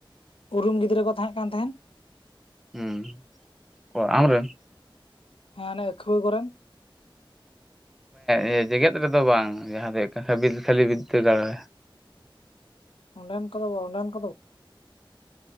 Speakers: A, on the left; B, in the centre.
A: ᱩᱨᱩᱢ ᱜᱤᱫᱽᱨᱟᱹ ᱠᱚ ᱛᱟᱦᱮᱸᱜ ᱠᱟᱱ ᱛᱟᱦᱮᱸᱱ
B: ᱩᱸ ᱚ ᱟᱢ ᱨᱮᱱ
A: ᱟᱹᱠᱷᱣᱟᱹ ᱠᱚᱨᱮᱱ
B: ᱤᱭᱟᱹ ᱡᱮᱜᱮᱫ ᱨᱮᱫᱚ ᱵᱟᱝ ᱡᱟᱦᱟᱸ ᱫᱚ ᱦᱩᱭᱩᱜ ᱠᱟᱱᱟ ᱦᱟᱵᱤᱞ ᱠᱷᱟᱹᱞᱤ ᱵᱤᱫᱽᱫᱟᱹᱜᱟᱲ ᱨᱮ
A: ᱚᱸᱰᱮᱱ ᱠᱚᱫᱚ ᱵᱚ ᱚᱸᱰᱮᱱ ᱠᱚᱫᱚ